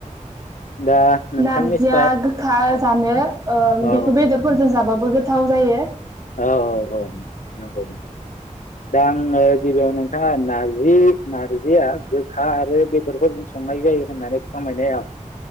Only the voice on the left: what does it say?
दा नोंथांनिफ्राय
औ
औ
औ औ औ नंगौ नंगौ दा आङो गिबियावनो नों <unintelligible> नारजि नारजिया गोखा आरो बे <unintelligible> संनाय जायो होननानै <unintelligible>